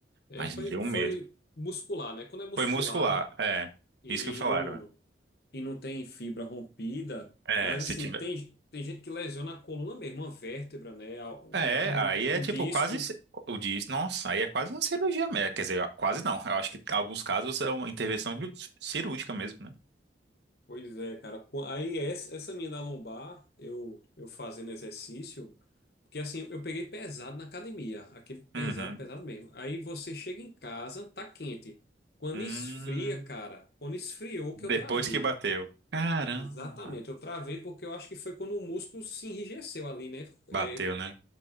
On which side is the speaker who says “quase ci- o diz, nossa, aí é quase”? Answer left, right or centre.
Right